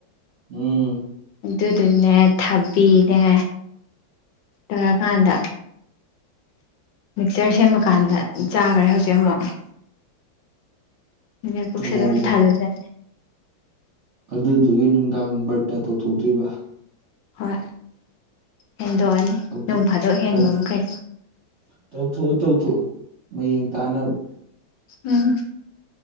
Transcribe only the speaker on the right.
ꯎꯝ
ꯑꯣ
ꯑꯗꯨꯗꯨꯒꯤ ꯅꯨꯡꯗꯥꯡ ꯚꯔꯠꯇ ꯇꯧꯊꯣꯛꯇꯣꯏꯕ
ꯊꯣꯛ
ꯇꯧ
ꯇꯧꯊꯣꯛꯑꯣ ꯇꯧꯊꯣꯛꯑꯣ ꯃꯌꯦꯡ ꯇꯥꯅꯕ